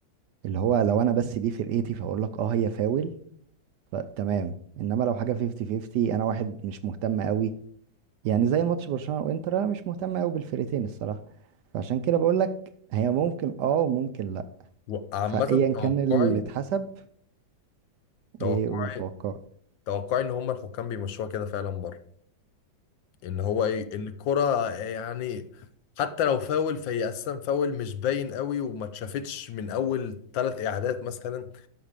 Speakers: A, on the right; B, on the left.
A: اللي هو لو انا بس دي فرقتي فاقول لك اه هي فاول فتمام انما لو حاجه 50 50 انا واحد مش مهتم قوي يعني زي ماتش برشلونه وانتر انا مش مهتم قوي بالفرقتين الصراحه فعشان كده بقول لك هي ممكن اه وممكن لا
B: وعامة
A: فايا كان
B: توقعي
A: اللي اتحسب
B: توقعي
A: ايه والتوقع
B: توقعي ان هم الحكام بيمشوها كده فعلا بره ان هو ايه ان الكرة يعني حتى لو فاول فهي اساسا فاول مش باين قوي وما اتشافتش من اول ثلاث اعادات مثلا